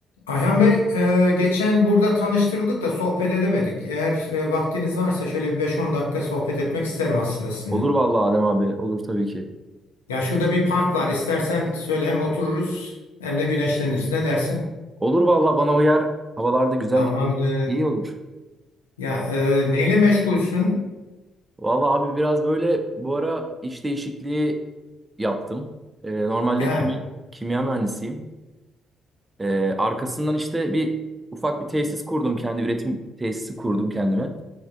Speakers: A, on the left; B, on the right.
A: Ayhan Bey, e, geçen burada tanıştırıldık da sohbet edemedik. Eğer e, vaktiniz varsa şöyle bir 5-10 dakika sohbet etmek isterim aslında sizinle.
B: Olur vallahi Adem abi. Olur tabii ki.
A: Ya şurada bir park var. İstersen söyle hem otururuz hem de güneşleniriz. Ne dersin?
B: Olur vallahi bana uyar. Havalarda güzel
A: Tamam.
B: gidiyor.
A: e,
B: İyi olur.
A: ya e, neyle meşgulsün?
B: Vallahi abi biraz böyle bu ara iş değişikliği yaptım. Ee, normalde
A: Ya
B: kim, kimya mühendisiyim. Ee, arkasından işte bir ufak bir tesis kurdum kendi üretim tesisi kurdum kendime.